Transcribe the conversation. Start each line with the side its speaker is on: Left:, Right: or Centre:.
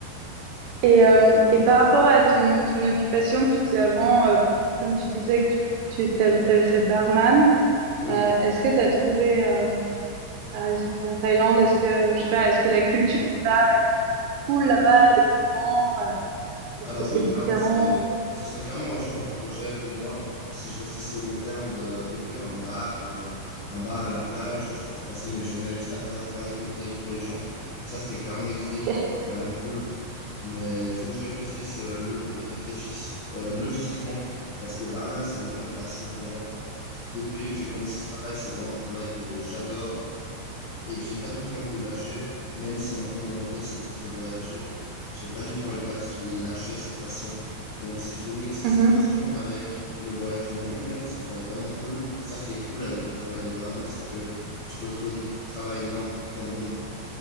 Right: et, euh, et par rapport à ton, ton occupation que tu faisais avant, euh, comme tu disais que tu, tu t'avais, t'avais fait barman,
Left: Oui.
Right: euh, est-ce que tu as trouvé euh, Par exemple, en Thaïlande, est-ce que, je sais pas, est-ce que la culture est cool là-bas? les comment? Euh, Est-ce
Left: Alors
Right: que c'est
Left: oui,
Right: différent?
Left: clairement, c'est, ça serait clairement un jour un projet pour moi, si je reste ici au long terme, de ouvrir un bar ou un, un bar à la plage où je peux passer mes journées juste à faire, faire des cocktails pour les gens. Ça, c'était clairement une idée
Right: <laughs>
Left: qui pourrait être vraiment cool. Mais il faut que je réfléchisse, euh, le- réfléchisse euh, logistiquement, parce que barman, c'est vraiment une passion pour moi. Depuis que j'ai commencé ce travail, c'est vraiment un travail que j'adore et que j'ai pas du tout envie de le lâcher. Même si maintenant mon envie, c'est plus de voyager, j'ai pas du tout envie de lâ- lâcher cette passion. Donc, si je peux mixer
Right: Mhm,
Left: cette passion avec le voyage du monde même, ça pourrait être vraiment cool. Ça, ce qui est cool avec le travail de barman, c'est que tu peux trouver du travail n'importe où dans le monde.